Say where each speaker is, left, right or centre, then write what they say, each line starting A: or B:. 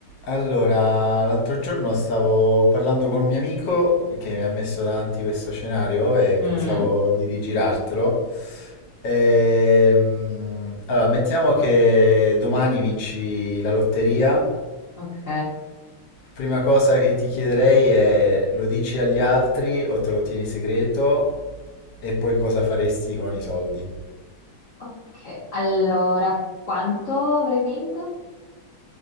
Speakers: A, on the left; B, on the left.
A: Allora, l'altro giorno stavo parlando con un mio amico che mi ha messo davanti questo scenario e pensavo
B: Mm,
A: di rigirartelo. Ehm, allora, mettiamo che domani vinci la lotteria.
B: ok.
A: Prima cosa che ti chiederei è lo dici agli altri o te lo tieni segreto e poi cosa faresti con i soldi?
B: Ok, allora, quanto avrei vinto?